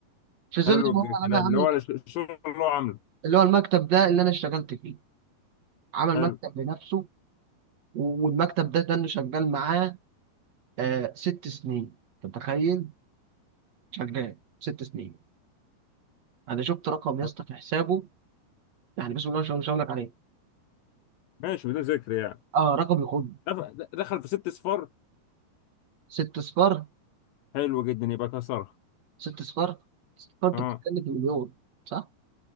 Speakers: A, on the right; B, on the left.
A: في ظل
B: حلو
A: ما هو
B: الكلام
A: عمل عمل
B: اللي هو الشغل اللي هو عامله
A: اللي هو المكتب ده اللي انا اشتغلت فيه عمل
B: حلو
A: مكتب لنفسه والمكتب ده ده اللي شغال معاه آه ست سنين انت متخيل شغال ست سنين انا شفت رقم يا
B: آه.
A: اسطى في حسابه يعني بسم الله ما شاء الله مش هقول لك عليه
B: ماشي بدون ذكر يعني
A: اه رقم يخد
B: دخل دخل في ست صفار
A: ست صفار
B: حلو جدا يبقى كسرها
A: ست صفار ست صفار انت
B: اه
A: بتتكلم في مليون صح؟